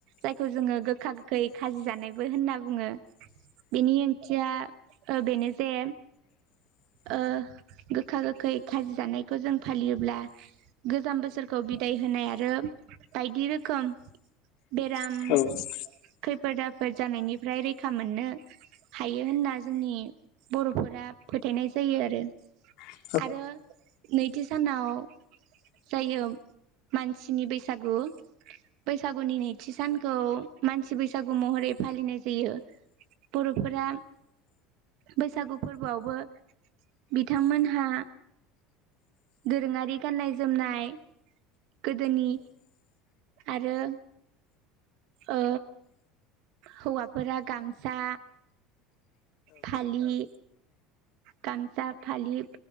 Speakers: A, on the right; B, on the left.
A: जायखौ जोङो गोखा गोखै खाजि जानायबो होनना बुङो बेनि ओंथिया बेनो जे ओ गोखा गोखै खाजि जानायखौ जों फालियोब्ला गोजाम बोसोरखौ बिदाय होनाय आरो बायदि रोखोम बेराम
B: उम औ औ
A: खैफोद आफोद जानायनिफ्राय रैखा मोननो हायो होनना जोंनि बर'फोरा फोथायनाय जायो आरो
B: उम
A: आरो नैथि सानाव जायो मानसिनि बैस सागु बैसागुनि नैथि सानखौ मानसि बैसागु महरै फालिनाय जायो बर'फोरा बैसागु फोरबोआवबो बिथांमोनहा दोरोङारि गाननाय जोमनाय गोदोनि आरो ओ हौवाफोरा गामसा फालि गामस‌ा फालि